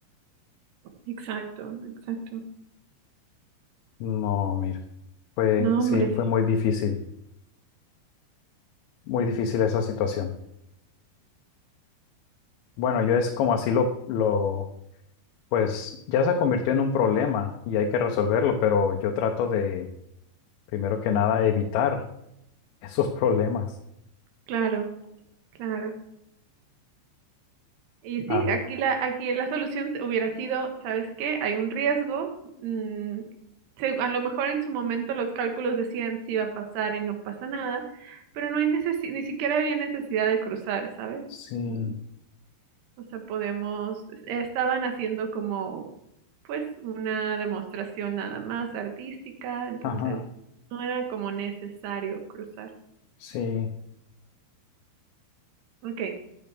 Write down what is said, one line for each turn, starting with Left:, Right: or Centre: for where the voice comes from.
Right: exacto, exacto.
Left: No, mira, fue,
Right: No,
Left: sí,
Right: hombre,
Left: fue muy difícil, muy difícil esa situación. Bueno, yo es como así lo, lo, pues ya se convirtió en un problema y hay que resolverlo, pero yo trato de, primero que nada, evitar Esos problemas.
Right: claro, claro. Y sí,
Left: A ver.
Right: aquí la, aquí la solución hubiera sido, ¿sabes qué? Hay un riesgo. mm, se- a lo mejor en su momento los cálculos decían si iba a pasar y no pasa nada, pero no hay necesi- ni siquiera había necesidad de cruzar, ¿sabes?
Left: Sí.
Right: Mm, o sea, podemos, estaban haciendo como, pues, una demostración nada más artística, entonces
Left: Ajá.
Right: no era como necesario cruzar.
Left: Sí.
Right: Ok,